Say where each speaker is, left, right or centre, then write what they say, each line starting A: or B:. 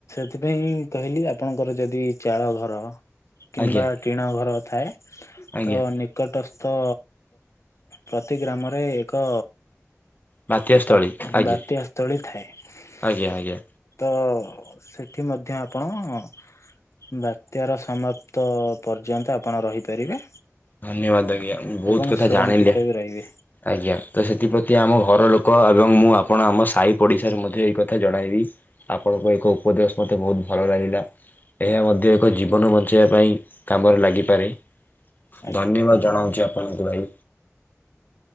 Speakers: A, on the left; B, on the left.
A: ସେଥିପାଇଁ କହିଲି ଆପଣଙ୍କର ଯଦି ଚାଳ ଘର କିମ୍ବା
B: ଆଜ୍ଞା
A: ଟିଣା ଘର ଥାଏ
B: ଆଜ୍ଞା
A: ତ ନିକ ଟସ୍ଥ ପ୍ରତି ଗ୍ରାମରେ ଏକ
B: ବାତ୍ୟାସ୍ଥଳୀ
A: ବାତ୍ୟା
B: ଆଜ୍ଞା
A: ସ୍ଥଳୀ ଥାଏ
B: ଆଜ୍ଞା ଆଜ୍ଞା
A: ତ ସେଠି ମଧ୍ୟ ଆପଣ ବାତ୍ୟାର ସମାପ୍ତ ପର୍ଯ୍ୟନ୍ତ ଆପଣ ରହିପାରିବେ।
B: ଧନ୍ୟବାଦ ଆଜ୍ଞା ବହୁତ
A: ଏବଂ
B: କଥା
A: ସୁରକ୍ଷିତ
B: ଜାଣିଲେ
A: ବି ରହିବେ
B: ଆଜ୍ଞା ତ ସେଥିପ୍ରତି ଆମ ଘର ଲୋକ ଏବଂ ମୁଁ ଆପଣ ଆମ ସାହି ପଡିଶାରେ ମଧ୍ୟ ଏଇ କଥା ଜଣାଇବି ଆପଣଙ୍କ ଏକ ଉପଦେଶ ମ ମୋତେ ବହୁତ ଭଲ ଲାଗିଲା। ଏହା ମଧ୍ୟ ଏକ ଜୀବନ ବଞ୍ଚାଇବା ପାଇଁ କାମରେ ଲାଗିପାରେ।
A: ଆଜ୍ଞା
B: ଧନ୍ୟବାଦ ଜଣାଉଛି ଆପଣଙ୍କୁ ଭାଇ।